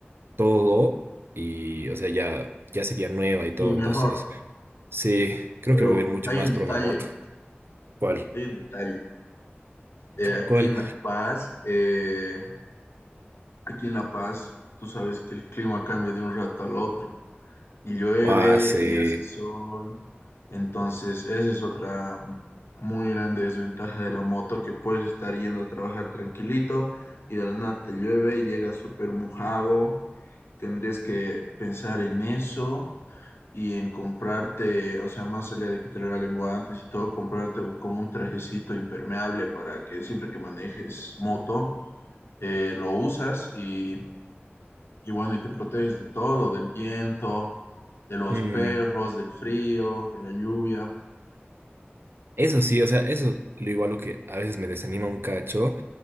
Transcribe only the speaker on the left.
Y mejor,
pero
hay
un detalle,
hay un detalle. Eh, aquí
en La Paz, eh, aquí en La Paz, tú sabes que el clima cambia de un rato al otro. y llueve
y hace sol. Entonces, esa es otra muy grande desventaja de la moto, que puedes estar yendo a trabajar tranquilito y de la nada te llueve y llegas súper mojado. Tendrías que pensar en eso y en comprarte, o sea, más allá de que te regalen guantes y todo, comprarte u- como un trajecito impermeable para que siempre que manejes moto, eh, lo usas y, y bueno, y te proteges de todo, del viento de los
perros, del frío, de la lluvia.